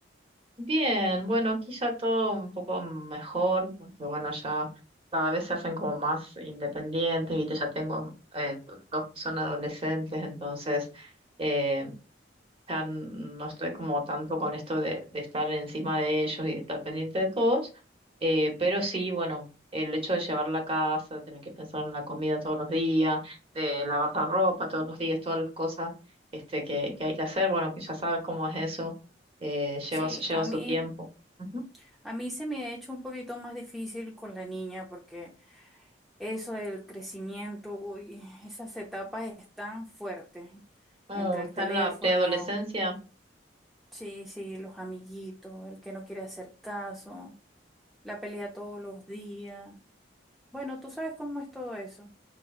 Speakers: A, on the right (about 30°); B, in the centre.
A: Bien, bueno, aquí ya todo un poco mejor, porque bueno, ya cada vez se hacen como más independientes, ¿viste? Ya tengo eh, dos que son adolescentes, entonces eh, sea, n- no estoy como tanto con esto de, de estar encima de ellos y de estar pendiente de todos, eh, pero sí, bueno, el hecho de llevar la casa, de tener que pensar en la comida todos los días, de lavar la ropa todos los días, todas las cosas este, que, que hay que hacer, bueno, que ya sabes cómo es eso, eh, lleva,
B: Sí,
A: su- lleva
B: a
A: su
B: mí
A: tiempo. Ujú.
B: A mí se me ha hecho un poquito más difícil con la niña porque eso del crecimiento, uy, esas etapas están fuertes.
A: Oh,
B: Entre
A: está
B: el teléfono,
A: en la preadolescencia.
B: sí, sí, los amiguitos, el que no quiere hacer caso, la pelea todos los días. Bueno, tú sabes cómo es todo eso.